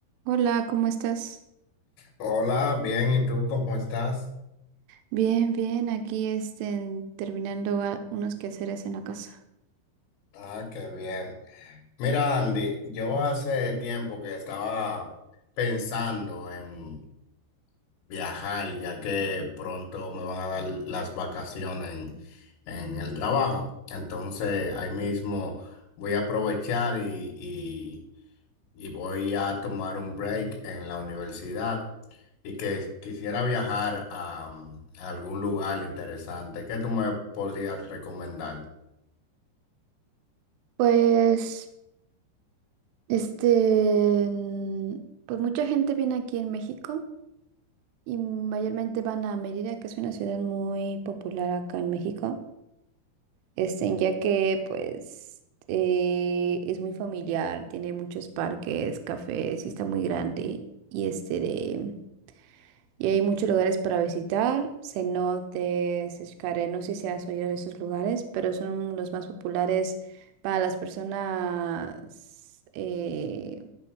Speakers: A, on the right; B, on the left.
A: Hola, ¿cómo estás?
B: Hola, bien, ¿y tú cómo estás?
A: Bien, bien, aquí este, terminando a- unos quehaceres en la casa.
B: Ah, qué bien. Mira, Andy, yo hace tiempo que estaba pensando en viajar, ya que pronto me van a dar las vacaciones en, en el trabajo. Entonces, ahí mismo voy a aprovechar y, y, y voy a tomar un break en la universidad y que quisiera viajar a, mm, a algún lugar interesante. ¿Qué tú me podrías recomendar?
A: Pues, este, mm, pues mucha gente viene aquí en México y mayormente van a Mérida, que es una ciudad muy popular acá en México, este, ya que pues eh, es muy familiar, tiene muchos parques, cafés y está muy grande y este de Y hay muchos lugares para visitar, cenotes, escaré, no sé si has oído de esos lugares, pero son los más populares para las personas, eh,